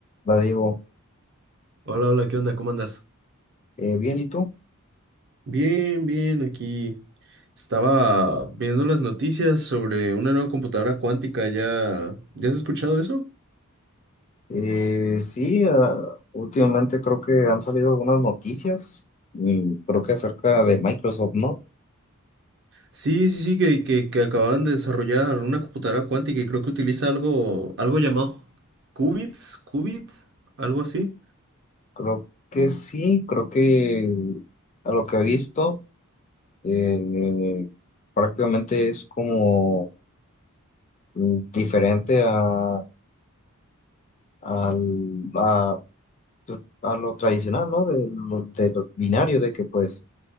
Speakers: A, on the left; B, on the right.
A: La digo,
B: Hola, hola, ¿qué onda? ¿Cómo andas?
A: eh, bien, ¿y tú?
B: Bien, bien, aquí estaba viendo las noticias sobre una nueva computadora cuántica. ¿Ya, ya has escuchado eso?
A: Eh, sí, ah, últimamente creo que han salido algunas noticias, mm, creo que acerca de Microsoft, ¿no?
B: Sí, sí, sí, que, que, que acaban de desarrollar una computadora cuántica y creo que utiliza algo, algo llamado qubits, qubit, algo así.
A: Creo que sí, creo que a lo que he visto, eh, prácticamente es como mm, diferente a, al- a, pues, a lo tradicional, ¿no? De, lo- de los binarios, de que pues